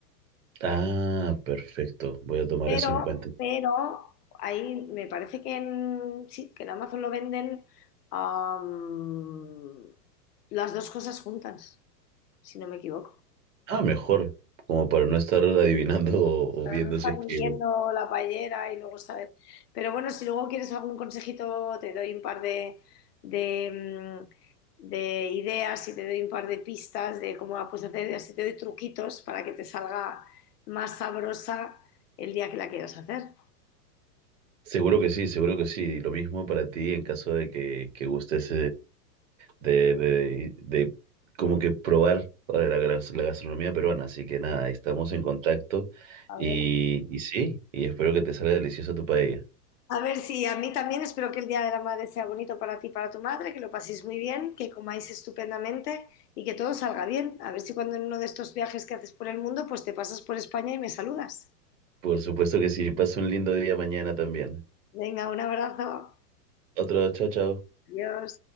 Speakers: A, on the right (about 50°); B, on the left (about 70°).
A: Ah, perfecto. Voy a tomar
B: Pero,
A: eso en cuenta.
B: pero ahí me parece que en, sí, que en Amazon lo venden am, las dos cosas juntas, si no me equivoco.
A: Ah, mejor, como para no estar adivinando o,
B: Para
A: o viendo
B: no estar
A: si es
B: midiendo
A: que...
B: la paellera y luego saber. Pero bueno, si luego quieres algún consejito, te doy un par de, de, mm, de ideas y te doy un par de pistas de cómo la puedes hacer y así te doy truquitos para que te salga más sabrosa el día que la quieras hacer.
A: Seguro que sí, seguro que sí. Lo mismo para ti en caso de que, que gustes de, de, de como que probar eh, la, gas- la gastronomía peruana. Así que nada, ahí estamos en contacto
B: A
A: y,
B: ver.
A: y sí, y espero que te salga deliciosa tu paella.
B: A ver si a mí también espero que el Día de la Madre sea bonito para ti y para tu madre, que lo paséis muy bien, que comáis estupendamente y que todo salga bien. A ver si cuando en uno de estos viajes que haces por el mundo, pues te pasas por España y me saludas.
A: Por supuesto que sí, pasa un lindo día mañana también.
B: Venga, un abrazo.
A: Otro, chao, chao.
B: Adiós.